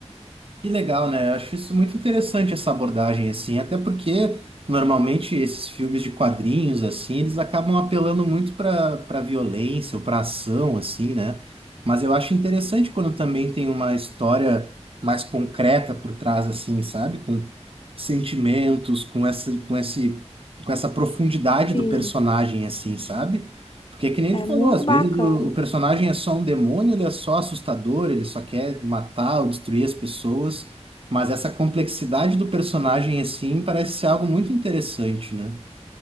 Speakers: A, on the right; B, on the left.
A: que legal, né? Eu acho isso muito interessante essa abordagem assim, até porque normalmente esses filmes de quadrinhos assim, eles acabam apelando muito para para violência ou para ação assim, né? Mas eu acho interessante quando também tem uma história mais concreta por trás assim, sabe? Com sentimentos, com essa com esse com essa profundidade
B: Sim,
A: do personagem assim, sabe? Porque que nem
B: é
A: tu falou,
B: muito
A: às
B: bacana.
A: vezes o, o personagem é só um demônio, ele é só assustador, ele só quer matar ou destruir as pessoas, mas essa complexidade do personagem assim parece ser algo muito interessante, né?